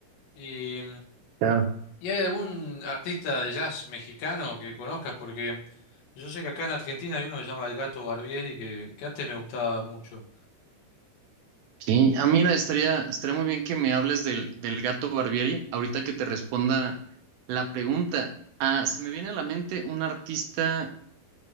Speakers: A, on the left (about 70°); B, on the right (about 75°).
A: ¿Y,
B: Ya.
A: y hay algún artista de jazz mexicano que conozcas? Porque yo sé que acá en Argentina hay uno que se llama El Gato Barbieri, que, que antes me gustaba mucho.
B: Sí, ah, mira, estaría, estaría muy bien que me hables del, del gato Barbieri, ahorita que te responda la pregunta. Ah, se me viene a la mente un artista